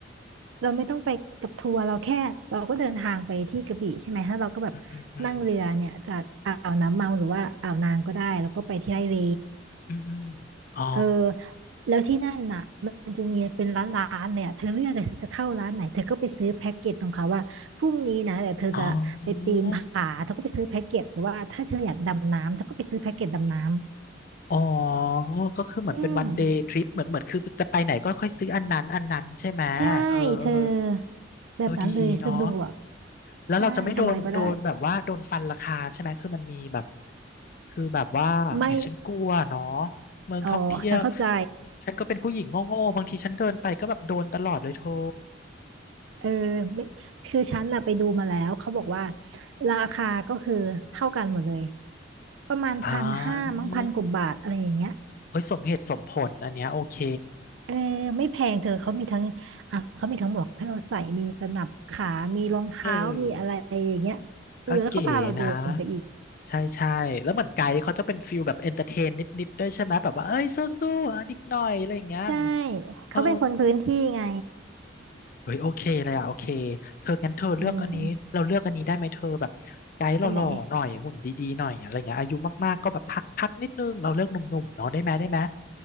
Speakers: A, on the right (about 80°); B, on the left (about 45°).
A: เราไม่ต้องไปกับทัวร์เราแค่เราก็เดินทางไปที่กระบี่ใช่ไหมถ้าเราก็แบบ
B: อืมอืมอืม
A: นั่งเรือเนี่ยจากอ่าวน้ำเมาหรือว่าอ่าวนางก็ได้แล้วก็ไปที่ไร่เล
B: อืมอืมอ๋อ
A: เออแล้วที่นั่นน่ะมันจะมีเป็นร้านร้านเลยอะเธอเลือกเลยเธอจะเข้าร้านไหนเธอก็ไปซื้อแพ็กเกจของเขาว่าพรุ่งนี้นะเดี๋ยวเธอจะไปปีนผาเธอก็ไปซื้อแพ็กเกจหรือว่าถ้าเธออยากดำน้ำเธอก็ไปซื้อแพ็กเกจดำน้ำ
B: อ๋ออ๋อก็คือเหมือนเป็นวันเดย์ทริปเหมือนเหมือนคือจะไปไหนก็ค่อยซื้ออันนั้นอันนั้นใช่ไหม
A: อืม ใช่
B: เออ เออ
A: เธอแบบนั้นเลยสะดวก
B: เออดีเนาะ แล้วเราจะไม่โดนโดนแบบว่าโดนฟันราคาใช่ไหมคือมันมีแบบ
A: ใช่ทำอะไรก็ได้
B: คือแบบว่าแหมฉันกลัวเนาะ
A: ไม่
B: เมืองท่องเที่ยว
A: อ๋อฉันเข้าใจ
B: ฉันก็เป็นผู้หญิงโง่ๆบางทีฉันเดินไปก็แบบโดนตลอดเลยโท่
A: เออไม่คือฉันน่ะไปดูมาแล้วเขาบอกว่าราคาก็คือเท่ากันหมดเลยประมาณพันห้ามั้งพันกว่าบาทอะไรอย่างเงี้ย
B: อ่าเอ้ยสมเหตุสมผลอันเนี้ยโอเค
A: เออไม่แพงเธอเขามีทั้งอ่ะเขามีทั้งหมวกให้เราใส่มีสนับขามีรองเท้ามีอะไรอย่างเงี้ยเออแล้วเขาพาเราเดินไปอีก
B: เออก็เก๋นะใช่ใช่แล้วเหมือนไกด์เขาจะเป็นฟิลแบบเอนเตอร์เทนนิดๆด้วยใช่ไหมแบบว่าเอ้ยสู้ๆอ่ะนิดหน่อยอะไรอย่างเงี้ย
A: ใช่เขาเป็นคนพื้นที่ไง
B: เออ เฮ้ยโอเคเลยอะโอเคเธองั้นเธอเลือกอันนี้เราเลือกอันนี้ได้ไหมเธอแบบไกด์หล่อๆหน่อยหุ่นดีๆหน่อยอะไรเงี้ยอายุมากๆก็แบบพักพักนิดนึงเราเลือกหนุ่มๆเนาะได้ไหมได้ไหม
A: อืมอันไหน